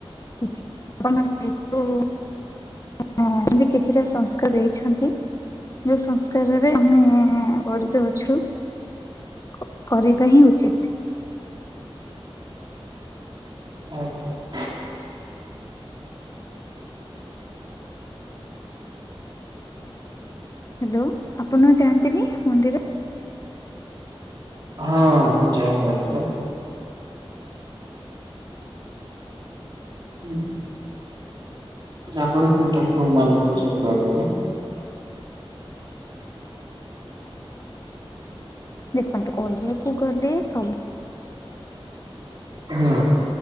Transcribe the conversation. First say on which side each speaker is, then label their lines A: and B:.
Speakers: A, on the left; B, on the right.
A: କିଛି <unintelligible> ହଁ ମିତି କିଛିଟା ସଂସ୍କା ଦେଇଛନ୍ତି। ଯୋଉ ସଂସ୍କାରରେ ଆମେ ଗଢ଼ିତ ଅଛୁ। କ କରିବା ହିଁ ଉଚିତ।
B: ଆଜ୍ଞା।
A: ହାଲୋ ଆପଣ ଯାଆନ୍ତିନି ମନ୍ଦିର?
B: ହଁ ମୁଁ ଚାହେଁ ମନ୍ତର ହୁଁ ଆପଣ କଉ ଠାକୁର ମାନନ୍ତୁ ସବୁଠୁ ଅଧିକା?
A: ଦେଖନ୍ତୁ କହିବାକୁ ଗଲେ ସ
B: ହଁ।